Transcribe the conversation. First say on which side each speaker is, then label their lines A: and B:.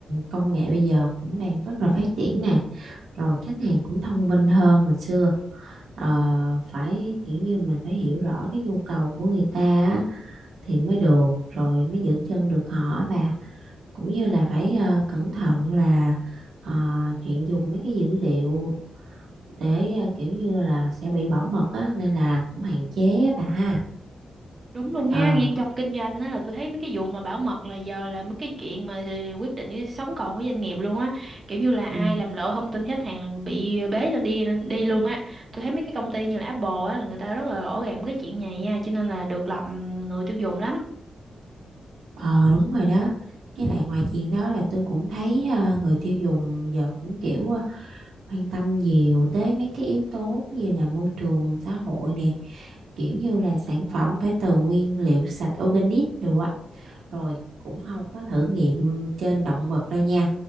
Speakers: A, on the right; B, on the right.
A: công nghệ bây giờ cũng đang rất là phát triển nè rồi khách hàng cũng thông minh hơn hồi xưa Ờ, phải kiểu như mình phải hiểu rõ cái nhu cầu của người ta á, thì mới được rồi mới giữ chân được họ á bà cũng như là phải ờ, cẩn thận là ờ, chuyện dùng mấy cái dữ liệu để ờ, kiểu như là sẽ bị bảo mật á nên là cũng hạn chế á bà ha
B: đúng luôn
A: ờ
B: ha riêng trong kinh doanh á là tôi thấy mấy cái vụ mà bảo mật là giờ là mấy cái chuyện mà ờ, quyết định cái sống còn của doanh nghiệp luôn á kiểu như là ai
A: ừ.
B: làm lộ thông tin khách hàng là bị bế lên đi đi luôn á tôi thấy mấy cái công ty như là Apple á là người ta rất là rõ ràng mấy cái chuyện này nha cho nên là được lòng người tiêu dùng lắm
A: Ờ đúng rồi đó. Với lại ngoài chuyện đó là tôi cũng thấy ờ, người tiêu dùng giờ cũng kiểu ờ, quan tâm nhiều tới mấy cái yếu tố như là môi trường, xã hội nè. Kiểu như là sản phẩm phải từ nguyên liệu sạch organic đồ á. Rồi cũng không có thử nghiệm trên động vật đâu nha.